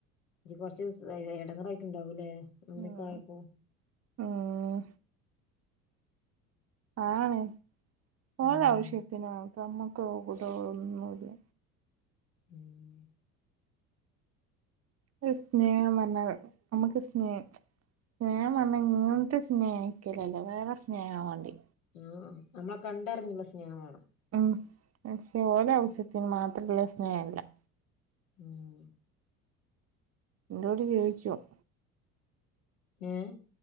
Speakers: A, on the left; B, on the right.
A: ഇജ് കൊർച്ച് സ് എ എടെങ്ങേറായിട്ട്ണ്ടാവുലേ അങ്ങനെക്കെ
B: ഉം
A: ആയപ്പോ
B: ഉം അആണ്
A: ഉം
B: ഓലാശ്യത്തിന്ക്കെ നമ്മക്ക് <unintelligible> കൂട്ടൊന്നുല്ലാ
A: ഊം
B: ഒര് സ്നേഹം പർഞ്ഞാത് നമ്മ്ക്ക് സ്നേ സ്നേഹം പർഞ്ഞാ ഇങ്ങൻത്തെ സ്നേഹിക്കലല്ലാ വേറെ സ്നേഹാ വാണ്ട്യേ
A: ആഹ് നമ്മളെ കണ്ടറഞ്ഞ്ള്ളെ സ്നേഹ വാണം
B: ഉം പക്ഷെ ഓലെ ആവ്സ്യത്തിന് മാത്രമല്ല സ്നേഹ അല്ലാ
A: ഊം
B: ഇന്നോട് ചോയ്ച്ചും
A: ഏഹ്